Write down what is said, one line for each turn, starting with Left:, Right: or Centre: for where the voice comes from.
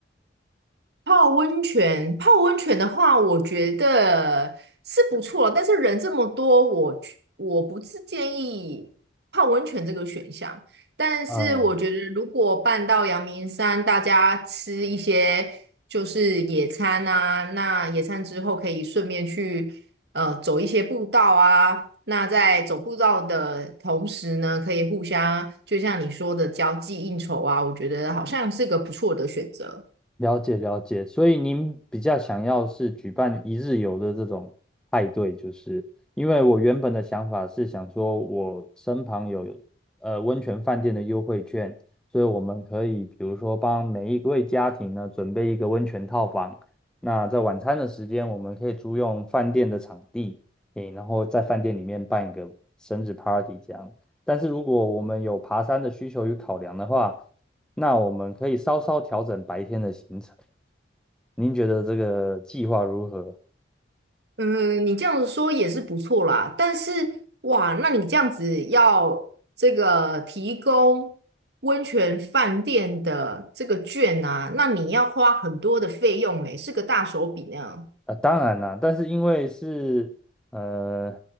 Right: 泡温泉，泡温泉的话，我觉得是不错，但是人这么多，我去我不是建议泡温泉这个选项。但是我觉得，
Centre: 嗯。
Right: 如果办到阳明山，大家吃一些就是野餐啊，那野餐之后可以顺便去呃走一些步道啊。那在走步道的同时呢，可以互相就像你说的交际应酬啊，我觉得好像是个不错的选择。
Centre: 了解了解，所以您比较想要是举办一日游的这种派对，就是因为我原本的想法是想说，我身旁有呃温泉饭店的优惠券，所以我们可以比如说帮每一位家庭呢准备一个温泉套房，那在晚餐的时间我们可以租用饭店的场地，诶，然后在饭店里面办一个生日 party 这样。但是如果我们有爬山的需求与考量的话，那我们可以稍稍调整白天的行程。您觉得这个计划如何？
Right: 嗯，你这样子说也是不错啦，但是哇，那你这样子要这个提供温泉饭店的这个券啊，那你要花很多的费用诶，是个大手笔呢。
Centre: 啊，当然啦，但是因为是呃，